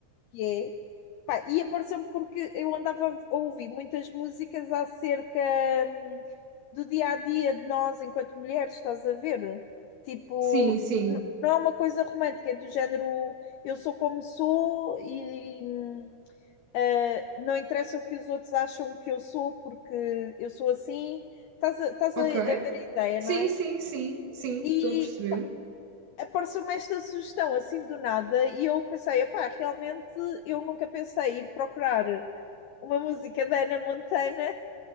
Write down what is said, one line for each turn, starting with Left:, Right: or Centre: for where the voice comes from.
Left: que é. Pá, e apareceu-me porque eu andava a ouvir muitas músicas acerca hum, do dia a dia de nós enquanto mulheres, estás a ver? Tipo,
Right: Sim, sim,
Left: n- não é uma coisa romântica, é do género eu sou como sou e, hum, Uh, não interessa o que os outros acham que eu sou, porque eu sou assim. Estás a, estás
Right: ok.
Left: a, a ver a ideia,
Right: Sim,
Left: não é?
Right: sim, sim, sim,
Left: E
Right: estou a perceber.
Left: apareceu-me esta sugestão assim do nada, e eu pensei: epá, realmente eu nunca pensei ir procurar uma música da Ana Montana